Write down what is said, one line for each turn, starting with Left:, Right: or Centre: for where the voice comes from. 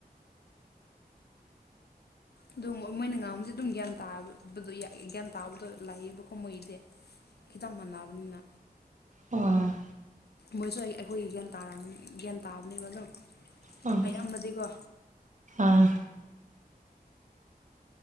Left: ꯑꯗꯨꯝ ꯃꯣꯏꯅ ꯉꯥꯡꯕꯁꯦ ꯑꯗꯨꯝ ꯒ꯭ꯌꯥꯟ ꯇꯥꯕꯗꯣ ꯒ꯭ꯌꯥꯟ ꯇꯥꯕꯗꯣ ꯂꯩꯌꯦꯕꯀꯣ ꯃꯣꯏꯒꯤꯗꯤ ꯈꯤꯇꯪ ꯃꯥꯟꯅꯕꯅꯤꯅ
Right: ꯑꯣ
Left: ꯃꯣꯏꯁꯨ ꯑꯩ ꯑꯩꯈꯣꯏꯒꯤ ꯒ꯭ꯌꯥꯟ ꯇꯥꯔꯝꯅꯤ ꯒ꯭ꯌꯥꯟ ꯇꯥꯕꯅꯦꯕ ꯑꯗꯨꯝ
Right: ꯄꯥꯡ
Left: ꯑꯌꯥꯝꯕꯗꯤꯀꯣ
Right: ꯑꯥ